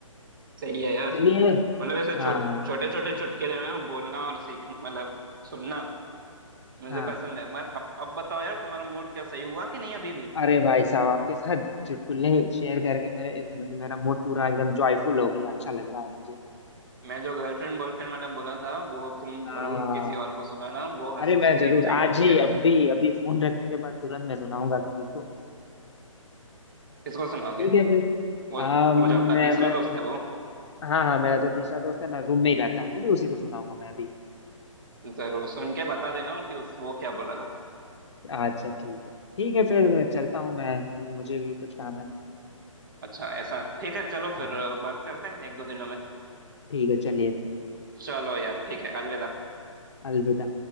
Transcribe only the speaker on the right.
सही है यार
मतलब ऐसे
छो, छोटे छोटे चुटकुले में बोलना और सीख मतलब सुनना मुझे
पसंद है मगर अब अब बताओ यार तुम्हारा मूड क्या सही हुआ कि नहीं अभी भी
मैं जो गर्लफ्रेंड बॉयफ्रेंड वाला बोला था वो तुम
जरूर किसी और को सुनाना वो हंस
हंस
के
गिर जाएंगे
ठीक
है
किसको सुनाओगे
वो
वो जो अपना तीसरा
दोस्त है वो
जरूर सुन के बता देना कि उस वो क्या बोला था
अच्छा ऐसा ठीक है चलो
फिर बात करते हैं एक दो दिनों में
चलो यार ठीक है अलविदा